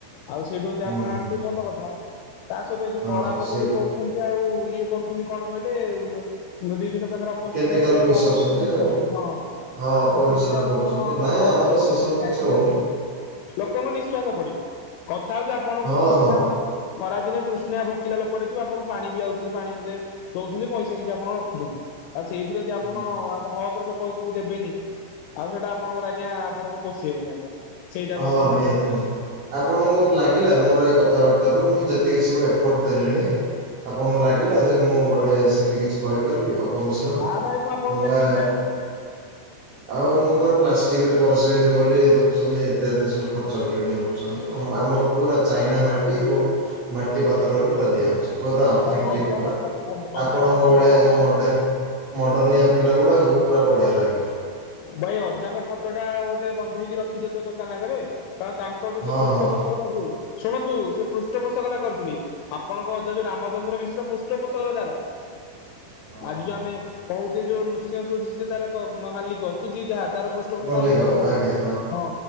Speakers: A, on the left; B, on the right.
A: ଆଉ ସେଇଠୁ ଯଦି ଆପଣ
B: ହୁଁ ହୁଁ
A: ଆଣିଥିବେ
B: ହୁଁ
A: ଭଲ କଥା ତା ସହିତ ଯୋଉ
B: ହଁ
A: କଳା ବଜାରୀ
B: ସେ
A: କରୁ ଚନ୍ତି ଯଉ ଇଏ କରୁଚନ୍ତି କଣ କହିଲେ ବିଭିନ୍ନ ପ୍ରକାର ଅପମିଶ୍ରଣ
B: କେମିକାଲ
A: କରି
B: ମିଶାଉଛନ୍ତି
A: କୁଆଡେ କଣ ପେଲି
B: ଆଉ
A: ପାରିନ୍ତି ହଁ।
B: ହଁ ଅପମିଶ୍ରଣ
A: ତ ସେଇଟା
B: କରୁଛନ୍ତି
A: ଆପଣ ନ
B: ନାଇଁ ଆମର
A: ନ କରନ୍ତି
B: ସେସବୁ କିଛି
A: <unintelligible>
B: ହଉନି
A: ଲୋକଙ୍କ ନିଃଶ୍ଵାସ ପଡିବ। କଥା ହଉଚି ଆପଣଙ୍କୁ
B: ହଁ
A: ତୃଷ୍ଣା
B: ହଁ
A: ଖରାଦିନେ ତୃଷ୍ନା ଭୋକିଲା ଲୋକଟେ ଥିବ ଆପଣ ପାଣି ପିଆଉଚନ୍ତି ପାଣି ମୁନ୍ଦେ ଦଉଚନ୍ତି ପଇସା କିଛି ଆପଣ ରଖୁ ଚନ୍ତି ଆଉ ସେଇଥିରେ ଯଦି
B: ହୁଁ
A: ଆପଣ ଆଉ ହକରେ ଲୋକ କୁ ଦେବେନି ଆଉ ସେଇଟା ଆପଣଙ୍କର ଆଜ୍ଞା ଆପଣଙ୍କୁ ପୋଷେଇବେନି ଆଜ୍ଞା। ସେଇଟାକୁ
B: ହଁ
A: ଆପଣ ଧ୍ୟାନ
B: ନିହାତି ନିହାତି। ଆପଣଙ୍କୁ ଲାଗିଲା ମୋର ଏ କଥାବାର୍ତ୍ତାରୁ ମୁଁ ଯେତିକି ସବୁ ଏଫର୍ଟ ଦେଲିଣି ଆପଣଙ୍କୁ ଲାଗିଲା ଯେ ମୁଁ ଗୋଟେ ସେମିତି କିଛି କରିପାରିବି ଅ ପମିଶ୍ରଣ।
A: ନା
B: ମୁଁ
A: ଭାଇ ଆପଣଙ୍କୁ ଦେଖିଛି
B: ବା
A: ଜାଣିଛି
B: ଆଉ ମୁଁ ପରା ପ୍ଲାଷ୍ଟିକରେ ପରଶିବିନି ବୋଲି ଦେଖୁଚନ୍ତି ଏତେ ଏତେ ସବୁ ଖର୍ଚ୍ଚ କଲେଣି ଦେଖୁଚନ୍ତି ଆମ ଆମର ପୁରା ଚାଇନା ମାଟି ଏବଂ ମାଟି ପାତ୍ରରେ ପୁରା ଦିଆ ହଉଚି। ପୁରା ଅଥେନଣ୍ଟିକ୍
A: ଭାଇ ଅଜା
B: ପୁରା
A: ଫଟୋ ଅଜା
B: ଆପଣଙ୍କ
A: ଫଟୋଟା
B: ଭଳିଆ ଏଯେଉଁ ମଡ଼େଲ ମଡ଼ର୍ନିଆ ପିଲାଗୁଡ଼ାକୁ ପୁରା ବଢ଼ିଆ ଲାଗିବ।
A: ଭାଇ ଅଜାଙ୍କ ଫଟୋ ଟା ଗୋଟେ ବନ୍ଧେଇକି ରଖିଚ ତ ଦୋକାନ ଆଗରେ କାରଣ ତାଙ୍କ ଙ୍କ ଠୁ
B: ହଁ
A: ସେ ପୃଷ୍ଠପୋଷକତା
B: ହଁ
A: କି ଶୁଣନ୍ତୁ ସେ ପୃଷ୍ଠପୋଷକତା କରିଥିଲି। ଆପଣଙ୍କ ଅଜା ଯୋଉ ରାମଚନ୍ଦ୍ର ମିଶ୍ର ପୃଷ୍ଠପୋଷକ ତାର।
B: ହଁ
A: ଆଜି
B: ହଁ
A: ଯ ଆମେ
B: ହଁ
A: କହୁନଥିଲେ ଯୋଉ ନୁରସିଂହ ସୁଇଟସ ସେ ତାର କ ମାଲିକ। ରଖିଚି ଯାହା ତାର ପୃଷ୍ଠପୋଷକ
B: ମଲ୍ଲିକ
A: ଲେଖା
B: ଆଜ୍ଞା
A: ହୋଉଚି। ହଁ।